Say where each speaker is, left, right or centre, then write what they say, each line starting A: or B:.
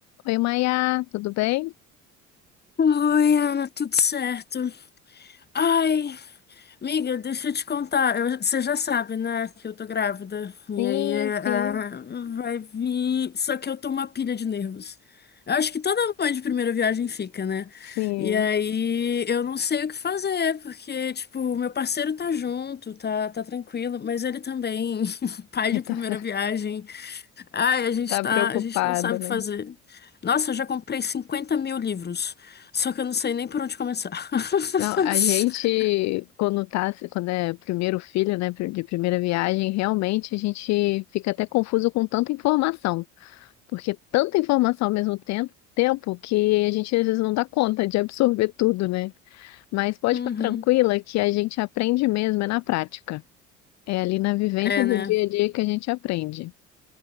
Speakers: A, on the left; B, on the left.
A: Oi, Maia, tudo bem?
B: Oi, Ana, tudo certo? Ai, Amiga, deixa eu te contar. eu- você já sabe, né, que eu tô grávida. E
A: Sim,
B: aí é, ah,
A: sim,
B: vai vir. Só que eu tô uma pilha de nervos. Eu acho que toda mãe de primeira viagem fica, né?
A: sim.
B: E aí eu não sei o que fazer, porque, tipo, meu parceiro tá junto, tá, tá tranquilo, mas ele também, <laughs> pai
A: <laughs>
B: de primeira viagem. Ai, a gente
A: Tá,
B: tá,
A: tá preocupada,
B: a gente não sabe
A: né?
B: o que fazer. Nossa, eu já comprei 50 mil livros, só que eu não sei nem por onde começar. <laughs>
A: Não, a gente, quando tá, quando é primeiro filho, né, de primeira viagem, realmente a gente fica até confuso com tanta informação, porque tanta informação ao mesmo tempo, tempo que a gente às vezes não dá conta de absorver tudo, né? Mas pode
B: Uhum.
A: ficar tranquila que a gente aprende mesmo, é na prática. É ali na vivência
B: É,
A: do
B: né?
A: dia a dia que a gente aprende.